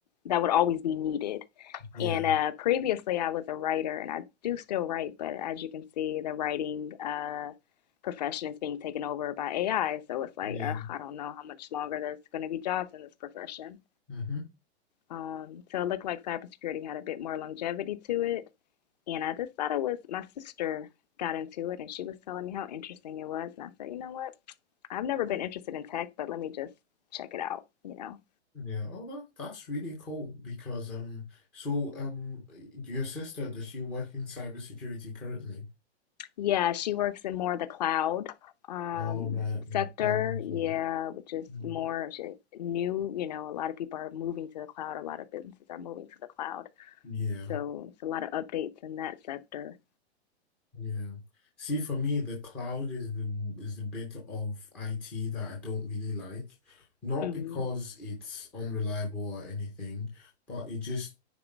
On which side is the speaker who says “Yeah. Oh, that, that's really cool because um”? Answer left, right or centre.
Centre